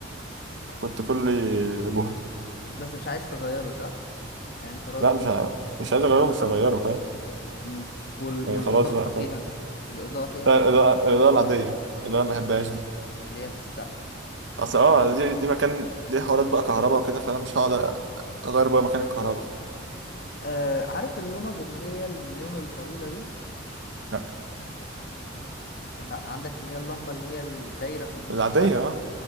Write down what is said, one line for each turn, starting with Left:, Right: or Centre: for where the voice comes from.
Right: وكنت كلي بوهي
Left: بس مش عايز تغيره صح؟ يعني أنت راضي
Right: لا
Left: بالنتيجة
Right: مش ه- مش عايز اغيره مش هغيره فاهم
Left: امم وال...
Right: يعني
Left: والإضاءة
Right: خلاص بقى فاهم
Left: فيها الإضاءة فيها
Right: لا
Left: عملت
Right: الإضاءة الإضاءة العادية اللي أنا ما بحبهاش دي
Left: اللي هي في السقف
Right: أصل أه دي دي مكان دي حوارات بقى كهرباء وكده فأنا مش هقعد أغير بقى مكان الكهرباء
Left: آه عارف اللوند اللي هي النيون الطويلة دي
Right: لا
Left: ال- أنت عندك اللي هي اللمبة اللي هي الدايرة في النص
Right: العادية
Left: صح؟
Right: أه